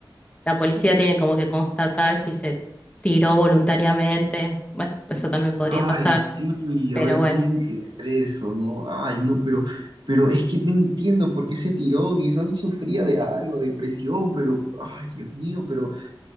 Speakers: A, on the left; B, on the right.
A: la policía tiene como que constatar si se tiró voluntariamente. Bueno, eso también podría
B: Ay,
A: pasar.
B: sí,
A: Pero
B: ahora
A: bueno,
B: tienen que hacer eso, ¿no? Ay, no, pero, pero es que no entiendo por qué se tiró, quizás sufría de algo, depresión, pero, ay, Dios mío, pero